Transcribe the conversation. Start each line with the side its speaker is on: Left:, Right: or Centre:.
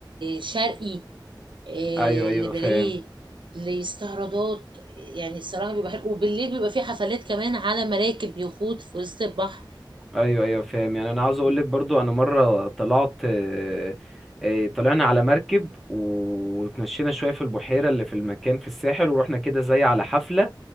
Right: شرقي إيه،
Centre: ايوه ايوه
Right: لباليه
Centre: فاهم
Right: لاستعراضات يعني الصراحة بيبقى حلو وبالليل بيبقى في حفلات كمان على مراكب يخوت في وسط البحر
Centre: ايوه ايوه فاهم يعني انا عاوز اقول
Right: ب-
Centre: لك برضو انا مره طلعت آه، آه، طلعنا على مركب وتمشينا شويه في البحيره اللي في المكان في الساحل ورحنا كده زي على حفله